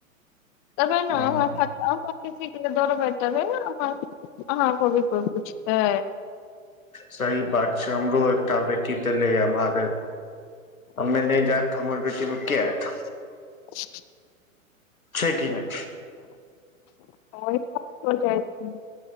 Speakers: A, on the left; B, on the left.
A: तबे ने
B: हँ
A: खर <unintelligible> अहाँ किसी के दौड़बै <unintelligible> अहाँ को भी कोइ पूछतै
B: सही बात छै हमरो एकटा बेटी देलैया एमहर हममे नै जाएत हमर बेटी मे के आएत
A: <inaudible>
B: छै कि नै
A: ओइ जाइ छी <unintelligible>